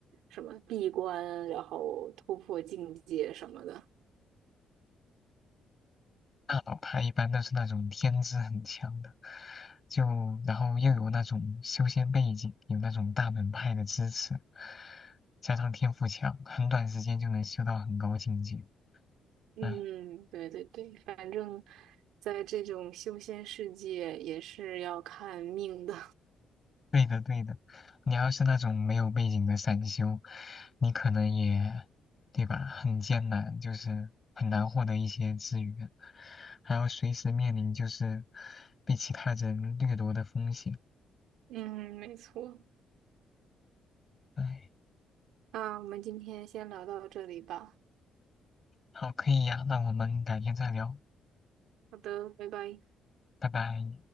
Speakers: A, on the right (about 85°); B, on the left (about 35°).
A: 什么闭关，然后突破境界什么的。
B: 大佬派一般都是那种天资很强的，就然后又有那种修仙背景，有那种大门派的支持，加上天赋强，很短时间就能修到很高境界。
A: 嗯，
B: 哎，
A: 对对对，反正在这种修仙世界也是要看命的。
B: 对的对的，你要是那种没有背景的散修，你可能也，对吧？很艰难，就是很难获得一些资源，还要随时面临就是被其他人掠夺的风险。
A: <laughs> 嗯，没错。
B: 哎，
A: 那我们今天先聊到这里吧。
B: 好，可以呀，那我们改天再聊。
A: 好的，拜拜。
B: 拜拜。